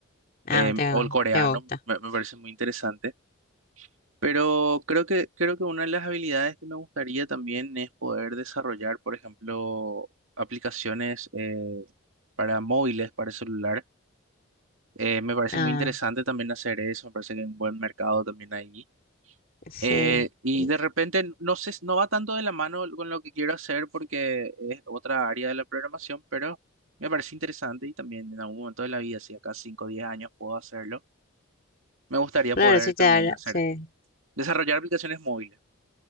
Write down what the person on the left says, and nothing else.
Ah,
te,
te gusta.
Ah,
sí.
y
claro,
sí
te da, la-
sí,